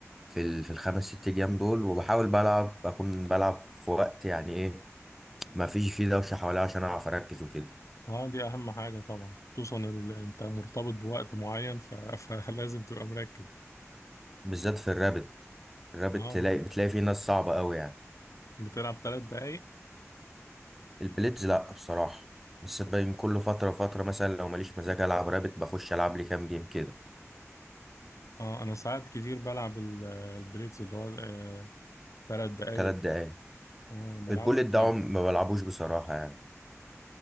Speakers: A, in the centre; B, on the left.
A: في ال... في الخمس ست جيام دول وبحاول بلعب أكون بلعب في وقت يعني إيه ما فيش فيه دوشة حواليا عشان أعرف أركز وكده
B: اه دي اهم حاجه طبعا خصوصا ال... انت مرتبط بوقت معين ف... <laughs> فلازم تبقى مركز
A: بالذات في الرابت الرابت
B: اه
A: تلاقي بتلاقي فيه ناس صعبة قوي يعني
B: بتلعب ثلاث دقايق
A: البليتز لأ بصراحة بس باين كل فترة فترة مثلا لو ماليش مزاج ألعب رابت بخش ألعب لي كام جيم كده
B: اه انا ساعات كتير بلعب ال- البريكس اللي هو آه، ثلاث دقايق
A: تلات
B: دي.
A: دقايق
B: اه بلعبه
A: البوليت
B: كتير
A: ده عم- ما بلعبوش بصراحة يعني